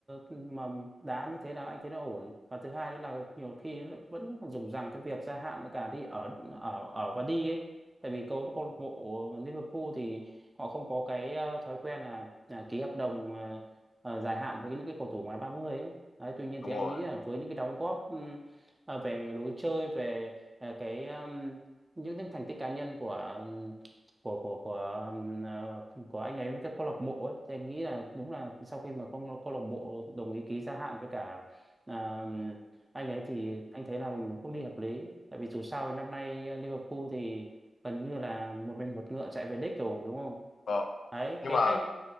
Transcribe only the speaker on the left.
Đúng
rồi.
Vâng.
Nhưng
mà